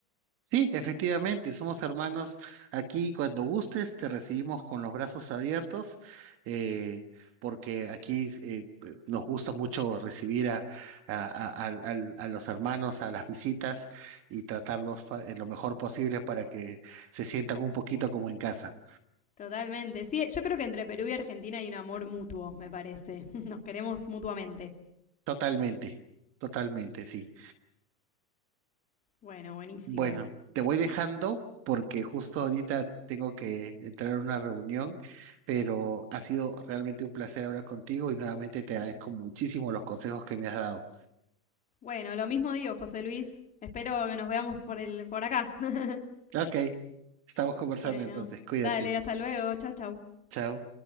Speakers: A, on the right; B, on the left.
A: Sí, efectivamente, somos hermanos aquí. Cuando gustes, te recibimos con los brazos abiertos, eh, porque aquí eh, eh, nos gusta mucho recibir a, a- a- al- al- a los hermanos, a las visitas y tratarlos pa- eh, lo mejor posible para que se sientan un poquito como en casa.
B: Totalmente. Sí, yo creo que entre Perú y Argentina hay un amor mutuo, me parece. <laughs> Nos queremos mutuamente.
A: Totalmente, totalmente, sí.
B: Bueno, buenísimo.
A: Bueno, te voy dejando porque justo ahorita tengo que entrar a una reunión, pero ha sido realmente un placer hablar contigo y nuevamente te agradezco muchísimo los consejos que me has dado.
B: Bueno, lo mismo digo, José Luis. Espero que nos veamos por el, por acá. <laughs>
A: Ok, estamos conversando
B: bueno,
A: entonces, cuídate.
B: dale, hasta luego. Chau, chau.
A: Chao.